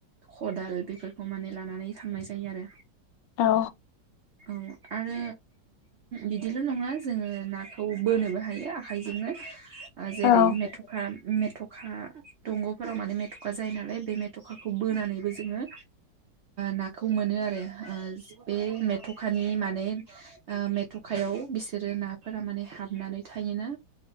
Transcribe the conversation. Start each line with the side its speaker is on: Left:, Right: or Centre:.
Right: खदाल बेफोरखौ माने लानानै थांनाय जायो आरो
Left: औ
Right: औ आरो बिदिल' नङा जोङो नाखौ बोनोबो हायो आखाइजोंनो <unintelligible> जेरै
Left: औ औ
Right: मेथ'खा मेथ'खा दंग'फोराव माने मेथ'खा जायो नालाय बे मेथ थखाखौ बोनानैबो जोङो नाखौ मोनो आरो बे मेथ'खानि माने मेथ'खा हायाव बिसोरो नाफोरा माने हाबनानै थायोना